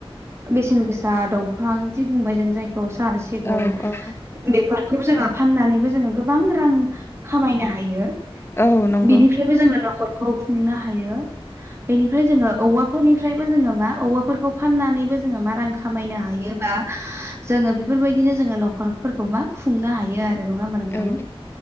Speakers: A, on the right (about 25°); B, on the left (about 25°).
A: बेसेन गोसा दंफां जि बुंबाय जों जायखौ <unintelligible>
B: औ औ
A: <unintelligible> बेफोरखौबो जोङो फाननानैबो जोङो गोबां रां खामायनो हायो
B: औ नंगौ
A: बिनिफ्रायबो जोङो न'खरखौ खुंनो हायो। बेनिफ्राय जोङो औवाफोरनिफ्रायबो जोङो मा औवाफोरखौ फाननानैबो जोङो मा रां खामायनो हायो बा जोङो बेफोरबायदिनो जोङो न'खरफोरखौ मा खुंनो हायो आरो नङा होमबा नोंथां?
B: औ